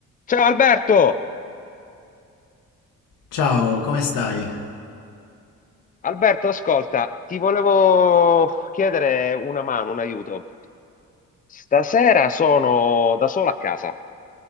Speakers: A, on the left; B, on the left.
A: Ciao Alberto!
B: Ciao, come stai?
A: Alberto, ascolta, ti volevo chiedere una mano, un aiuto. Stasera sono da solo a casa